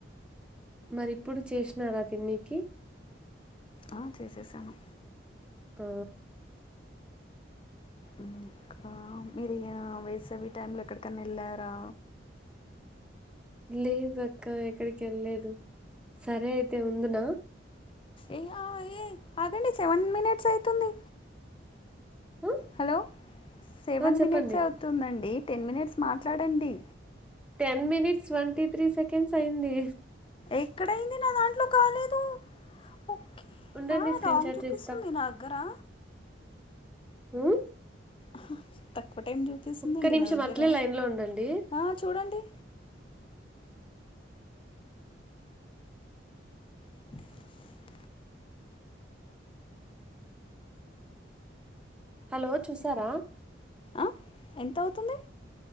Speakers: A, in the centre; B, on the left.
A: మరి ఇప్పుడు చేసినారా తినికి
B: ఆ చేసేసాను
A: ఆ
B: ఇంకా మీరు ఆ వేసేవి టైం లో ఎక్కడికైనా వెళ్ళారా
A: లేదక్క ఎక్కడికి వెళ్ళలేదు సరే అయితే ఉందునా
B: ఏ ఆ ఏ ఆగండి సెవెన్ మినిట్స్ అవుతుంది
A: ఆ
B: హలో సెవెన్
A: ఆ, చెప్పండి
B: మినిట్స్ అవుతుందండి టెన్ మినిట్స్ మాట్లాడండి
A: ten minutes twenty three seconds అయ్యింది
B: ఎక్కడైంది నా దాంట్లో కాలేదు ఓకే
A: ఉండండి
B: ఆ
A: స్క్రీన్
B: రాంగ్
A: షాట్
B: చూపిస్తుంది
A: చేస్తా
B: నా దగ్గరా
A: ఉ
B: హ తక్కువ టైం చూపిస్తుందండి
A: ఒక్క నిమిషం
B: నా దగ్గర
A: అట్లే లైన్ లో ఉండండి
B: ఆ చూడండి <inaudible>
A: హలో చూసారా
B: ఆ ఎంత అవుతుంది